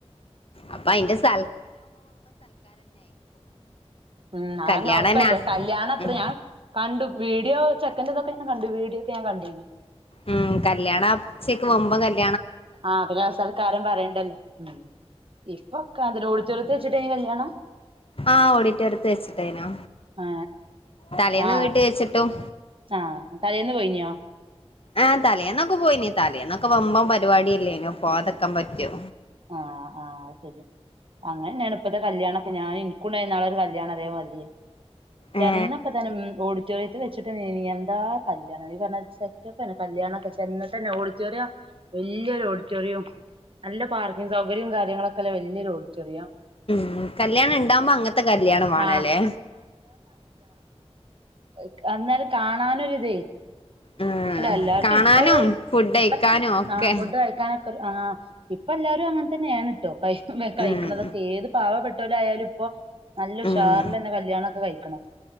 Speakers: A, on the left; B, on the right.
A: അപ്പൊ അതിന്റെ സ
B: ഉം
A: കല്യാണന്നാ
B: അങ്ങ് ഒറപ്പല്ലേ കല്യാണം അത്ര
A: ഉം
B: ഞാൻ കണ്ടു വീഡിയോ ചെക്കന്റെതൊക്കെ ഞാൻ കണ്ടു വീഡിയോ ഞാൻ കണ്ടീനി
A: ഉം കല്യാണ <unintelligible> വമ്പൻ കല്യ
B: ആ അതില് സൽക്കാരം പറയണ്ടല്ലോ ഉം ഇപ്പൊക്കെ അതിന്റെ ഓഡിറ്റോറിയത്തിൽ വച്ച് ചിട്ടെ ണ് കല്യാണം
A: ആ ഓഡിറ്റോറിയത്ത് വെച്ചിട്ടേയ്നു
B: ആ
A: തലേന്ന്
B: ആ
A: വീട്ടി വെച്ചിട്ടും
B: ആ തലേന്ന് പോയിഞ്ഞ്യോ
A: ആഹ് തലേന്നൊക്ക പോയിനി തലേന്നൊക്ക വമ്പം പരിവാടിയല്ലേനോ പോവാതക്കാൻ പറ്റോ
B: ആഹ് ആഹ് ശരിയാ അങ്ങനെന്നെയാണ് ഇപ്പത്തെ കല്യാണൊക്ക ഞാന് ഇന്ക്കുണ്ടായിര്ന്ന് ഇന്നാളൊരു കല്യാണം അതേ മാതിരി ചെന്നപ്പ
A: ഏ
B: തന്നെ മ് ഓഡിറ്റോറിയത്തില് വെിച്ചിട്ടന്നേനി എന്താ കല്യാണം ഈ പറഞ്ഞാ <unintelligible> സെറ്റപ്പന്നെ കല്യാണൊക്ക ചെന്ന്ട്ടെന്നെ ഓഡ് റ്റോറിയം വല്യ ഒരു ഓഡിറ്റോറിയം നല്ല പാർ ഇങ് സൗകര്യും കാര്യങ്ങളൊക്കല്ല വല്യൊരു ഓഡിറ്റോറിയം
A: മ് കല്യാണം ഇണ്ടാവുമ്പോ അങ്ങത്തെ കല്യാണം വാണലേ
B: ആഹ് എക് അന്നാല കാണാനൊരിതേ
A: ഉം
B: അല്ല എല്ലാർക്കും
A: കാണാനും
B: ഇപ്പ
A: ഫുഡ് കഴിക്കാനും
B: ഇപ്പ <inaudible>
A: ഒക്കെ
B: ആ ഫുഡ് കഴിക്കാനൊക്ക ആ ഇപ്പ എല്ലാരും അങ്ങന തന്നെയാണ് ട്ടോ കൈ കൈക്ക്ണതൊക്കേത്
A: ഉം
B: പാവപ്പെട്ടോലായാലും ഇപ്പൊ നല്ല ഉഷാർലന്നെ
A: ഉം
B: കല്യാണൊക്ക കഴിക്ക്ണ്